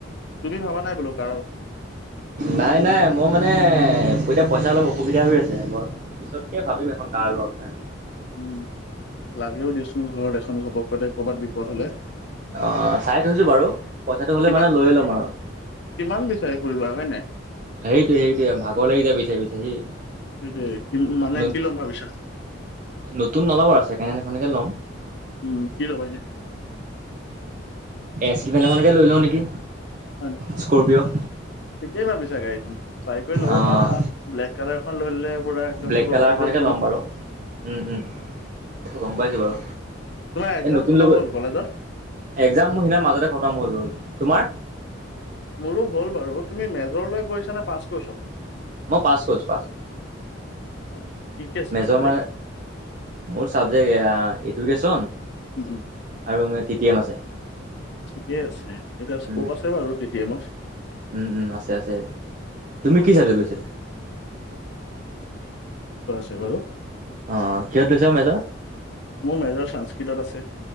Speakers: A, on the left; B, on the right.
A: তুমি ভাবা নাই বোলো ক
B: নাই নাই মই মানে পইচা অলপ অসুবিধা হৈ আছে বই পিছতকে ভাবিম এখন কাৰ লোৱা কথা।
A: উমা, লাগেও দিয়চোন ঘৰত এখন ঘপককতে কৰ'বাত বিপদ হলে।
B: অ চাই থৈছো বাৰু পইচাটো হলে
A: কিমান
B: মানে লৈ লম আৰু।
A: কিমান বিচাৰি ফুৰিবা হয় নাই
B: সেইটোয়ে সেইটোয়ে ভাগৰ লাগি যাব বিচাৰি বিচাৰ সি
A: সেইটোৱে কি মানে
B: ন
A: কি ল'ম ভাবিছা
B: নতুন নলব আৰু চেকেন এখনকে ল'ম।
A: উম কি ল'বা এনে
B: এছ ইভেনখনকে লৈ লওঁ নেকি
A: হয় নাই
B: স্কৰপিঅ'
A: ঠিকেই ভাবিছা গাড়ীখন চাই কৰি ল'ব
B: অ',
A: পাৰা ব্লেক কালাৰ এখন লৈ ললে পুৰা একদম
B: ব্লেক
A: ৰড
B: কালাৰ
A: প্ৰেজে
B: এখনকে ল'ম বাৰু উম উম গম পাইছোঁ বাৰু।
A: তোমাৰ এক্জাম
B: এই নতুন
A: খতম
B: ল
A: হ'ল কলেজৰ?
B: একজাম সিনা মাজতে খতম হ'ল হ'ল তোমাৰ?
A: মোৰো হ'ল বাৰু তুমি মেজৰলৈ পঢ়িছা নে পাছ কৰিছ
B: মই পাছ কৰিছো পাছ
A: অ কি কি আছে
B: মেজৰ
A: চাবজেক্ট?
B: মানে মোৰ চাবজেক্ট এয়া এডুকেশ্যন
A: উম, উম,
B: আৰু মান টি টি এম আছে।
A: ঠিকেই আছে এতিয়া স্কপ
B: উম,
A: আছে বাৰু টি টি এমত।
B: উম উম আছে আছে তুমি কি চাবজেক্ট লৈছিলা
A: ছে বাৰু
B: অ কিহত লৈছা মেজৰ?
A: মোৰ মেজৰ সংস্কৃতত আছে।